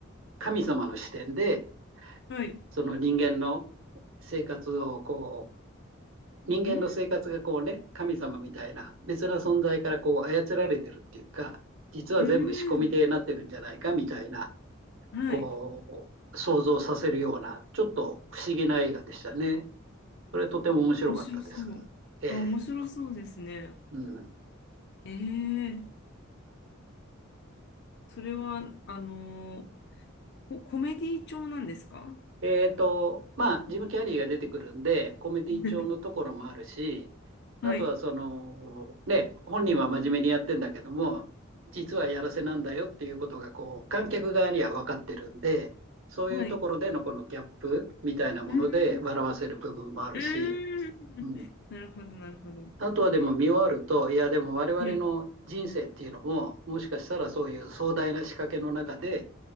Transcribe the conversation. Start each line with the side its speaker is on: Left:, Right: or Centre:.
Right: 神様の視点で、
Left: はい。
Right: その人間の生活をこう、人間の生活がこうね、
Left: うん、
Right: 神様みたいな別な存在からこう操られてるっていうか、実は全部仕込みでなってるんじゃないかみたいな、
Left: うん、はい。
Right: こう、想像させるような、ちょっと不思議な映画でしたね。それとても面白かったです。
Left: 面白そう。
Right: ええ
Left: あ、面白そうですね。
Right: うん。
Left: ええ、それは、あのこコメディ調なんですか
Right: えっと、まあ、ジム・キャリーが出てくるんで、コメディ調のところもあるし、
Left: <laughs>
Right: あとはその、
Left: はい。
Right: ね、本人は真面目にやってんだけども、実はやらせなんだよっていうことが、こう、観客側には分かってるんで、そういうところでのこのギャップみたいなもので笑わせる部分もあるし、
Left: はい。うん。うん
Right: うん。
Left: なるほど、なるほど。
Right: あとはでも見終わると、いや、でも我々の人生っていうのも、
Left: はい。
Right: もしかしたらそういう壮大な仕掛けの中で、